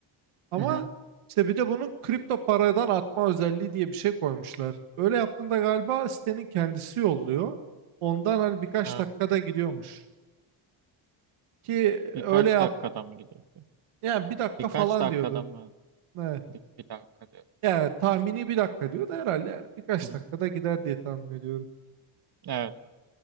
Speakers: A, on the right; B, on the right.
A: Ama
B: Hı hı.
A: işte bir de bunu kripto paradan atma özelliği diye bir şey koymuşlar. Öyle yaptığında galiba sitenin kendisi yolluyor. Ondan hani birkaç
B: Evet.
A: dakikada gidiyormuş. Ki
B: Birkaç
A: öyle yap
B: dakikada mı gidiyor?
A: yani bir dakika
B: Birkaç
A: falan
B: dakikada
A: diyordu.
B: mı?
A: Evet.
B: Bir, bir dakika diyorum.
A: Yani tahmini bir dakika diyordu herhalde yani birkaç
B: Hı hı.
A: dakikada gider diye tahmin ediyorum.
B: Evet.